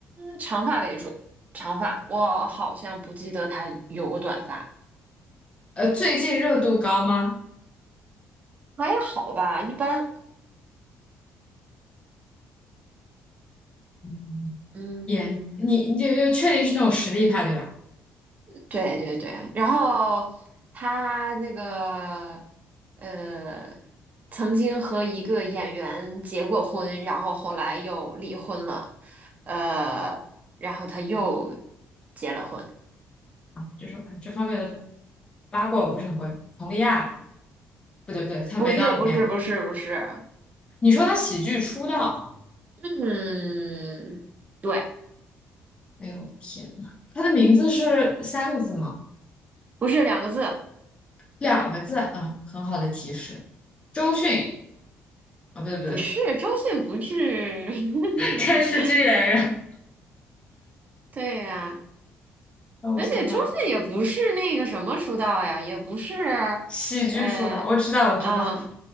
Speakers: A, on the right; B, on the left.
A: 长发为主，长发，我好像不记得他有过短发，
B: 呃，最近热度高吗？
A: 还好吧，一般，
B: 嗯，
A: 嗯，
B: 演你你就就确定是那种实力派对吧？
A: 对对对，然后他那个，呃，曾经和一个演员结过婚，然后后来又离婚了，呃，然后他又结了婚，
B: 就种这方面的八卦我不是很关注。佟丽娅不对不对，她没到年。
A: 不是不是不是不是，
B: 你说她喜剧出道？
A: 嗯，对，
B: 哎呦我的天呐，她的名字是三个字吗？
A: 不是两个字。
B: 两个字啊，很好的提示。周迅啊，不对不对，
A: 不是，周迅不是，<laughs>
B: 电视剧演员。
A: 对呀、
B: 让我想想，
A: 而且周迅也不是那个什么出道呀，也不是，
B: 喜剧出道，
A: 呃，
B: 我知道我知道，
A: 嗯，